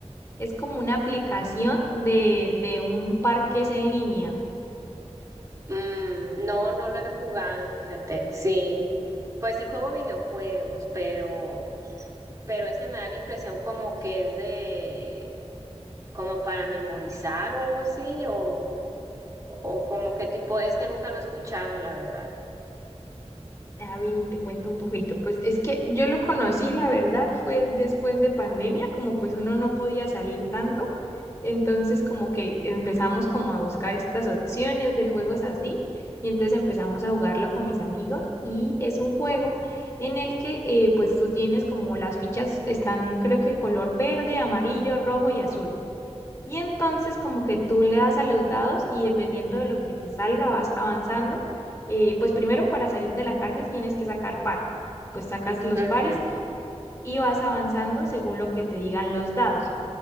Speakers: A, on the left; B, on the right.
A: es como una aplicación de, de un parque en línea.
B: Mm, no, no lo he jugado, fíjate. Sí, pues sí juego videojuegos, pero, pero ese me da la impresión como que es de, como para memorizar o algo así, o, o como qué tipo, es que nunca lo he escuchado, la verdad.
A: Ah, bien, y te cuento un poquito. Pues es que yo lo conocí, la verdad, fue después de pandemia, como pues uno no podía salir tanto, entonces como que empezamos como a buscar estas opciones de juegos así, y entonces empezamos a jugarlo con mis amigos, y es un juego en el que eh, pues tú tienes como las fichas están creo que color verde, amarillo, rojo y azul. Y entonces como que tú le das a los dados y dependiendo de lo que te salga vas avanzando. Eh, pues primero para salir de la cárcel tienes que sacar par, pues sacas los
B: Ujú.
A: pares y vas avanzando según lo que te digan los dados.